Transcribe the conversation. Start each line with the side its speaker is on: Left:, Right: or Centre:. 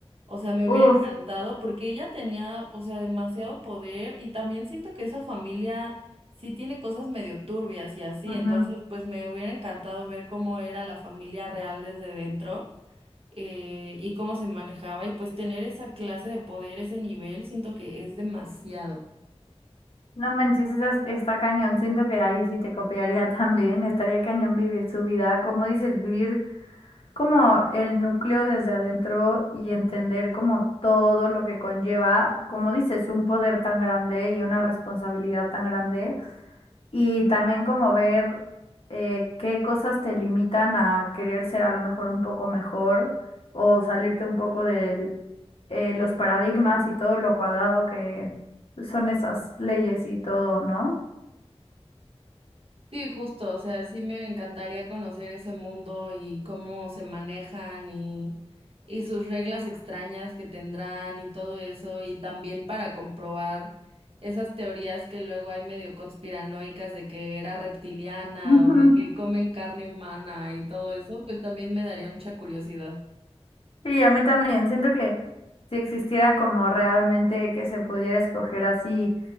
Right: O sea, me hubiera
Left: Uf,
Right: encantado porque ella tenía, o sea, demasiado poder y también siento que esa familia sí tiene cosas medio turbias y así,
Left: ujú.
Right: entonces pues me hubiera encantado ver cómo era la familia real desde dentro eh, y cómo se manejaba y pues tener esa clase de poder, ese nivel, siento que es demasiado.
Left: No manches, esa, está cañón. Siento que ahí sí te copiaría <laughs> también. Estaría cañón vivir su vida, como dices, vivir como el núcleo desde adentro y entender como todo lo que conlleva, como dices, un poder tan grande y una responsabilidad tan grande. Y también como ver eh, qué cosas te limitan a querer ser a lo mejor un poco mejor o salirte un poco de los paradigmas y todo lo cuadrado que son esas leyes y todo, ¿no?
Right: Sí, justo, o sea, sí me encantaría conocer ese mundo y cómo se manejan y, y sus reglas extrañas que tendrán y todo eso, y también para comprobar esas teorías que luego hay medio conspiranoicas de que era reptiliana
Left: Ujú.
Right: o de que comen carne humana y todo eso, pues también me daría mucha curiosidad.
Left: Sí, a mí también. Siento que si existiera como realmente que se pudiera escoger así,